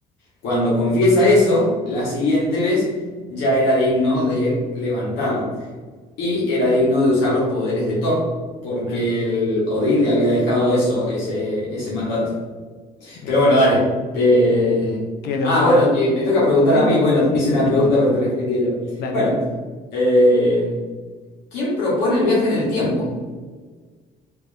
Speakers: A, on the left (about 85°); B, on the left (about 75°).
A: Cuando confiesa eso, la siguiente vez ya era digno de levantarlo y era digno de usar los poderes de Thor porque
B: Mira,
A: el Odín le había dejado eso, ese, ese mandato.
B: mira,
A: Pero bueno, dale. Te-
B: qué locura.
A: Ah, bueno, y me toca preguntar
B: Sí,
A: a mí. Bueno,
B: sí,
A: te
B: sí,
A: hice una
B: te toca
A: pregunta,
B: a vos.
A: pero te la expliqué yo.
B: Dale.
A: Bueno, eh, ¿quién propone el viaje en el tiempo?